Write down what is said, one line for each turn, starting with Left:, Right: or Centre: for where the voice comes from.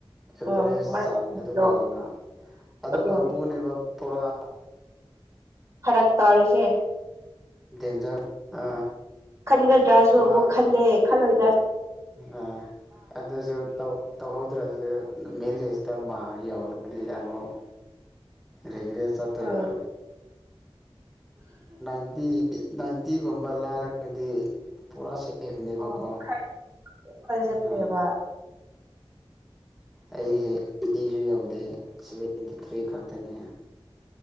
Centre: ꯑꯦꯚꯔꯦꯁ
Right: ꯎꯝ ꯃꯔꯛꯗꯣ
Centre: ꯆꯥꯡꯁꯤꯅ ꯑꯗꯨꯝ ꯂꯩꯌꯦꯕ ꯑꯗꯨ
Right: ꯎꯝ
Centre: ꯀꯥꯡꯕꯨꯅꯦꯕ ꯄꯨꯔꯥ
Right: ꯐꯔꯛ ꯇꯧꯔꯤꯁꯦ
Centre: ꯗꯦꯟꯖꯔ ꯑ
Right: ꯈꯟꯒꯗ꯭ꯔꯥꯁꯨ
Centre: ꯃꯥ
Right: ꯑꯃꯨꯛ ꯈꯟꯗꯦ ꯈꯜꯂꯣꯏꯗ꯭ꯔꯥꯕ
Centre: ꯑ ꯑꯗꯨꯁꯨꯧ ꯇꯧꯍꯧꯗ꯭ꯔꯁꯨ ꯃꯦꯜꯂꯤꯁꯤꯗ ꯃꯥ ꯌꯧꯔꯗꯤ ꯑꯃꯨꯛ ꯔꯤꯒ꯭ꯔꯦ ꯆꯠꯇꯣꯏꯕ
Right: ꯎꯝ
Centre: ꯏꯇꯤ ꯅꯥꯏꯟꯇꯤꯒꯨꯝꯕ ꯂꯥꯜꯂꯒꯗꯤ ꯄꯨꯔꯥ ꯁꯦꯐꯅꯦꯕꯀꯣ
Right: ꯑꯣ ꯈ ꯈꯜꯖꯥꯏꯕ
Centre: ꯑ ꯑꯩꯁꯦ ꯑꯩꯠꯇꯤꯁꯨ ꯌꯧꯗꯦ ꯁꯚꯦꯟꯇꯤ ꯊ꯭ꯔꯤ ꯈꯛꯇꯅꯦ